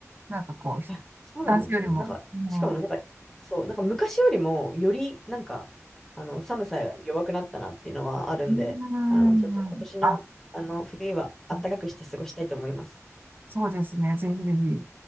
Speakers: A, on the right; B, in the centre.
A: なんかこう、
B: あ、そうなんですよね。
A: 男性よりも。
B: なんか、
A: うん。
B: しかもなんか、
A: うん。
B: そう、なんか昔よりもよりなんか、あの、寒さが弱くなったなっていうのはあるんで、
A: うん。
B: あの、ちょっと今年の、
A: うんあ、
B: あの、冬は暖かくして過ごしたいと思います。
A: うんそうですね。ぜひぜひ。